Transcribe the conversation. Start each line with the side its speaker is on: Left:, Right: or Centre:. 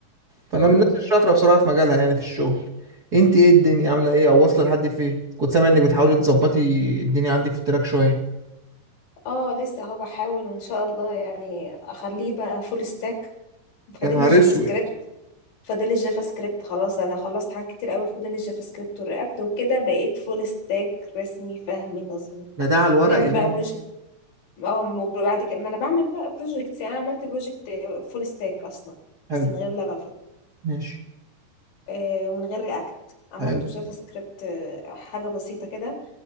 Right: فانا
Left: الحمد
Right: من الناس
Left: لله
Right: الشاطرة بصراحة في مجالها يعني في الشغل انت ايه الدنيا عاملة ايه او واصلة لحد فين كنت سامع انك بتحاولي تظبطي الدنيا عندك في التراك شوية
Left: اه لسه اهو بحاول وان شاء الله يعني اخليه بقى فول ستاك فاضل
Right: يا نهار
Left: لي الجافا
Right: اسود
Left: سكريبت فاضل لي الجافا سكريبت خلاص انا خلصت حاجات كتير قوي فاضل لي الجافا سكريبت والرياكت وكده بقيت فول ستاك رسمي فهمي نظمي
Right: ده ده على الورق
Left: ونعمل
Right: يا
Left: بقى
Right: بنتي
Left: بروجكت اه وبعد كده ما انا بعمل بقى بروجكت يعني انا عملت بروجكت فول ستاك اصلا
Right: حلو
Left: بس من غير لارافيل
Right: ماشي
Left: آه ومن غير رياكت عملته
Right: حلو
Left: جافا سكريبت آه، حاجة بسيطة كده